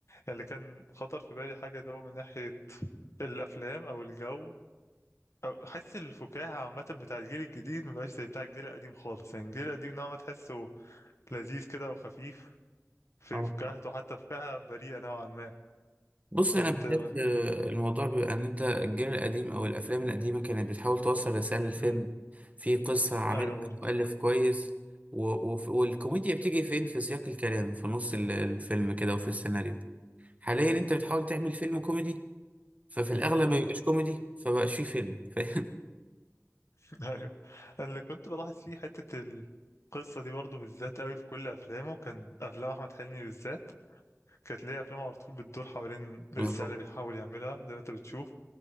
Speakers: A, on the left (about 65°); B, on the right (about 30°).
A: اللي كان خطر في بالي حاجة اللي هو من ناحية الأفلام أو الجو أو حس الفكاهة عامة بتاع الجيل الجديد مبقاش زي بتاع الجيل القديم خالص يعني الجيل القديم نوعا ما تحسه لذيذ كده وخفيف في
B: اه
A: فكاهته حتى فكاهة بريئة نوعا ما
B: بص
A: ولا
B: انا
A: أنت
B: بحس
A: إيه رأيك؟
B: آه، الموضوع بيبقى ان انت الجيل القديم او الافلام القديمه كانت بتحاول توصل رساله للفيلم
A: مم.
B: في قصه عاملها
A: أيوه برضه
B: مؤلف كويس و... وف... والكوميديا بتيجي فين في سياق الكلام في نص ال- الفيلم كده وفي السيناريو حاليا انت بتحاول تعمل فيلم كوميدي ففي الاغلب
A: مم.
B: ما بيبقاش كوميدي فبقاش فيه فيلم <laughs> فاهم
A: <laughs> أيوه اللي كنت بلاحظ فيه حتة القصة دي برضه بالذات قوي في كل أفلامه كان أفلام أحمد حلمي بالذات كانت ليه أفلام على طول بتدور حوالين الرسالة
B: بالظبط
A: اللي بيحاول يعملها زي ما أنت بتشوف